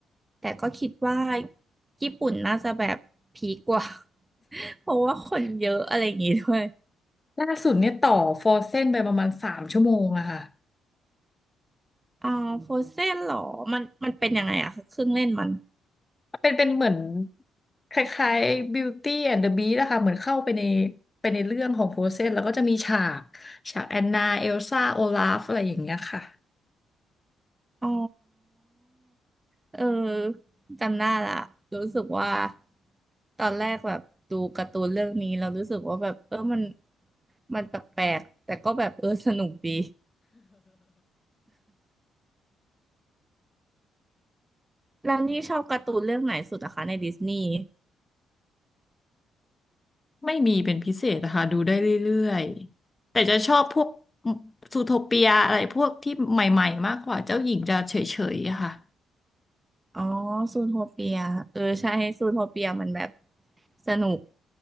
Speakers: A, on the right; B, on the left.
A: แต่ก็คิดว่าญี่ปุ่นน่าจะแบบพีกกว่า <laughs> เพราะว่าคนเยอะอะไรอย่างงี้ด้วย
B: ล่าสุดเนี่ยต่อฟอร์เซนไปประมาณสามชั่วโมงอะค่ะ
A: อ่าโฟเซ่นเหรอ มันมันเป็นยังไงอะคะเครื่องเล่นมัน
B: เป็นเป็นเหมือนคล้ายๆ Beauty and the Beast นะคะเหมือนเข้าไปในไปในเรื่องของฟอร์เซนแล้วก็จะมีฉากฉากแอนนาเอลซ่าโอลาฟอะไรอย่างเงี้ยค่ะ
A: อ๋อเออจำได้ละรู้สึกว่าตอนแรกแบบดูการ์ตูนเรื่องนี้เรารู้สึกว่าแบบเออมันมันแปลกๆแต่ก็แบบเออสนุกดีแล้วนี่ชอบการ์ตูนเรื่องไหนสุดอะคะในดิสนีย์
B: ไม่มีเป็นพิเศษนะคะดูได้เรื่อยๆแต่จะชอบพวกซูโทเปียอะไรพวกที่ใหม่ๆมากกว่าเจ้าหญิงจะเฉยๆอะค่ะ
A: อ๋อซูโทเปียเออใช่ซูโทเปียมันแบบสนุก